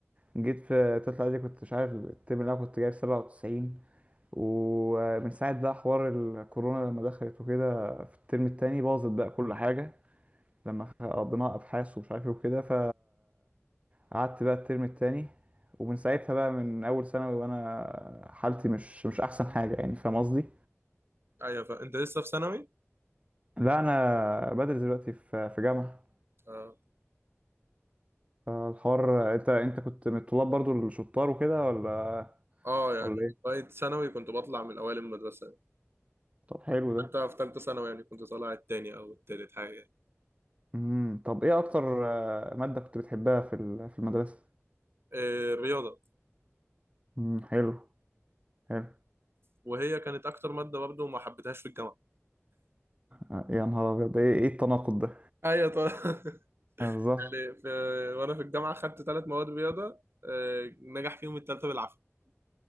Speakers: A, on the right; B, on the right.
A: جيت في تالتة اعدادي كنت مش عارف الترم اللي انا كنت جايب 97 ومن ساعة بقى حوار الكورونا لما دخلت وكده في الترم التاني باظت بقى كل حاجة لما خ- قضيناها ابحاث ومش عارف ايه وكده ف قعدت بقى الترم التاني ومن ساعتها بقى من اول ثانوي وانا حالتي مش مش احسن حاجه يعني فاهم قصدي
B: ايوه فانت لسه في ثانوي
A: لا انا بدرس دلوقتي في في جامعه
B: اه
A: فالحوار انت انت كنت من الطلاب برضو الشطار وكده ولا
B: اه يعني
A: ولا ايه
B: لغايه ثانوي كنت بطلع من اوائل المدرسه يعني.
A: طب حلو ده
B: حتى في ثالثه ثانوي يعني كنت طالع التاني او التالت حاجه يعني.
A: امم طب ايه اكتر آه، ماده كنت بتحبها في ال- في المدرسه
B: آه رياضه
A: امم حلو حلو
B: وهي كانت اكتر ماده برضه ما حبيتهاش في الجامعه
A: آه، يا نهار ابيض ده ايه إيه التناقض ده
B: ايوه طبعا
A: آه، بالظبط
B: <laughs> يعني في... وانا في الجامعه خدت ثلاث مواد رياضه آه نجح فيهم الثالثه بالعافيه